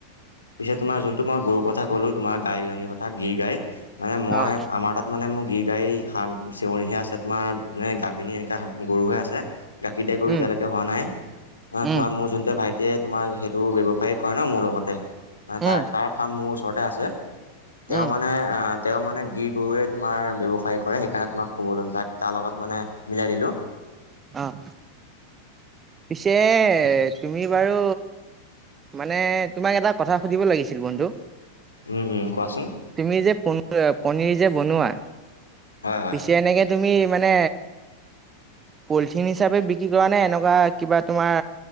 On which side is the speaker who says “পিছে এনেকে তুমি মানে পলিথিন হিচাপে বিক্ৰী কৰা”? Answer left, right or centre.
Right